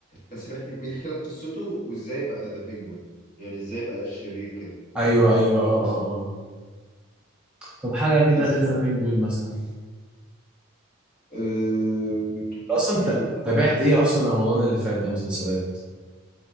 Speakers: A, on the left (about 40°); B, in the centre.
A: بس بيحكي بيحكي لك قصته وازاي بقى ذا بينجوين يعني ازاي بقى الشرير كده
B: ايوه
A: فاهم
B: ايوه اه اه اه طب حاجه كده
A: بس
B: غير ذا بينجوين مثلا
A: أه... تو-
B: اصلا
A: تو- تو-
B: انت تابعت ايه اصلا رمضان اللي فات ده مسلسلات